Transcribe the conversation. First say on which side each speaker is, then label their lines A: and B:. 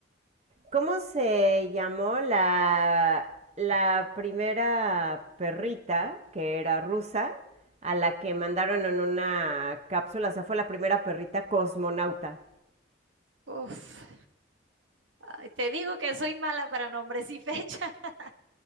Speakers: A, on the right (about 35°); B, on the right (about 90°).
A: ¿cómo se llamó la, la primera perrita que era rusa? a la que mandaron en una cápsula, o sea, fue la primera perrita cosmonauta,
B: Uf. Ay, te digo que soy mala para nombres y fecha. <laughs>